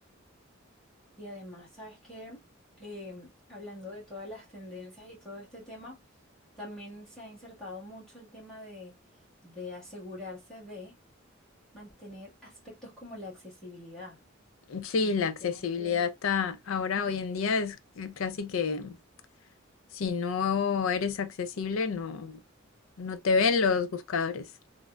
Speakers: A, in the centre; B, on the left.
A: Y además, ¿sabes qué? Em, hablando de todas las tendencias y todo este tema, también se ha insertado mucho el tema de, de asegurarse de mantener aspectos como la accesibilidad.
B: Sí,
A: ¿Viste
B: la accesibilidad
A: que antes?
B: está ahora, hoy en día, es eh, casi que si no eres accesible, no, no te ven los buscadores.